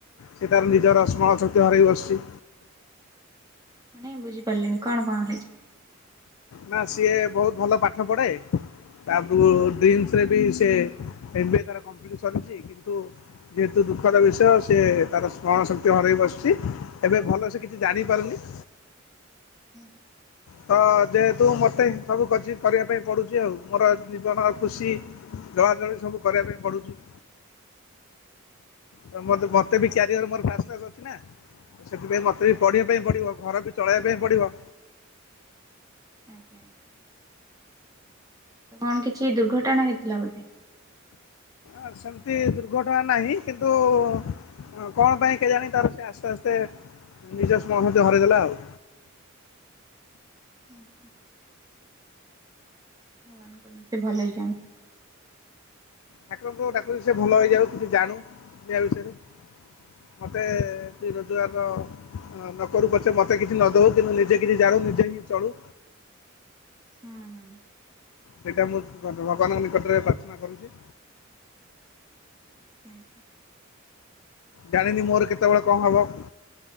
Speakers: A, on the left; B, on the right.
A: ସେ ତାର ନିଜର ସ୍ମରଣ ଶକ୍ତି ହରେଇ ବସିଚି।
B: ମାନେ ବୁଝି ପାରିଲିନି କଣ କଣ ହେଇଚି।
A: ନା ସିଏ ବହୁତ ଭଲ ପାଠ ପଢେ। ତାପରକୁ ଡ୍ରିମ୍ସରେ ବି ସେ ଏମ୍ ବି ଏଇ ତାର କମ୍ପ୍ଲିଟ ସରିଚି କିନ୍ତୁ? ଯେହେତୁ ଦୁଃଖର ବିଷୟ ସିଏ ତାର ସ୍ମରଣ ଶକ୍ତି ହରେଇ ବସିଚି ଏବେ ଭଲସେ କିଛି ଜାଣିପାରୁନି।
B: ହୁଁ ହୁଁ।
A: ତ ଯେହେତୁ ମୋତେ ସବୁ କଛି କରିବା ପାଇଁ ପଡୁଚି ଆଉ ମୋର ଜୀବନ ଖୁସି ଜଳାଞ୍ଜଳି ସବୁ କରିବା ପାଇଁ ପଡ଼ୁଛି। ତ ମ ମତେ ବି କ୍ୟାରିୟର ମୋର ଫାଷ୍ଟ କ୍ଲାସ ଅଛି ନା ତ ସେଥିପାଇଁ ମତେ ବି ପଢିବା ପାଇଁ ପଡିବ ଘର ବି ଚଳେଇବା ପାଇଁ ପଡିବ।
B: ଆଜ୍ଞା। ତ କଣ କିଛି ଦୁର୍ଘଟଣା ହେଇଥିଲା ବୋଧେ।
A: ଅ ସେମିତି ଦୁର୍ଘଟଣା ନାହିଁ କିନ୍ତୁ? ହଁ କଣ ପାଇଁ କେଜାଣି ତାର ସେ ଆସ୍ତେ ଆସ୍ତେ ନିଜ ସ୍ମରଣ ଶକ୍ତି ହରେଇଦେଲା ଆଉ।
B: ହଁ ହୁଁ। ଭଗବାନ କରନ୍ତୁ ଭଲ ହେଇଯାଆନ୍ତୁ।
A: ଠାକୁରଙ୍କୁ ଡାକୁଚି ସେ ଭଲ ହେଇଯାଉ କିଛି ଜାଣୁ ଦୁନିଆ ବିଷୟରେ। ମୋତେ ସେ ରୋଜଗାର ହଁ ନ କରୁ ପଛେ ମୋତେ କିଛି ନ ଦେଉ କିନ୍ତୁ ନିଜେ କିଛି ଜାଣୁ ନିଜେ ହିଁ ଚଳୁ।
B: ହୁଁ ହୁଁ।
A: ସେଇଟା ମୁଁ ଭ ଭଗବାନଙ୍କ ନିକଟରେ ପ୍ରାର୍ଥନା କରୁଚି।
B: ଆଜ୍ଞା।
A: ଜାଣିନି ମୋର କେତେବେଳେ କଣ ହବ।